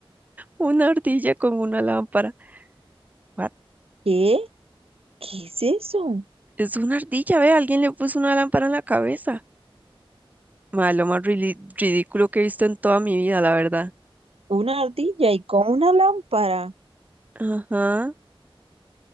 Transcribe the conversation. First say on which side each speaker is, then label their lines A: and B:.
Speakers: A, on the right; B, on the right.
A: una ardilla con una lámpara. What?
B: ¿Qué? ¿Qué es eso?
A: Es una ardilla, ve, alguien le puso una lámpara en la cabeza. Ma, lo más rili- ridículo que he visto en toda mi vida, la verdad.
B: Una ardilla y con una lámpara.
A: Ajá,